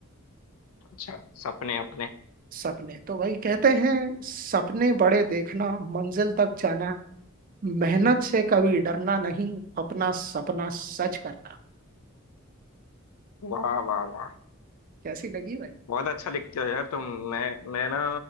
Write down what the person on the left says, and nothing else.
अच्छा सपने अपने
वाह वाह वाह
बहुत अच्छा लिखते हो यार तुम मैं मैं ना